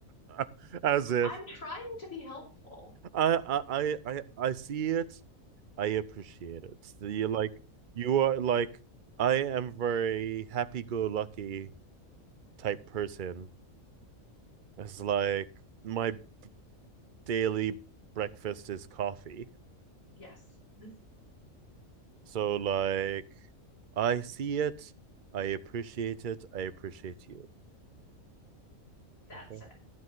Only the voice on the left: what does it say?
I'm trying to be helpful.
Yes. <laughs>
That
said,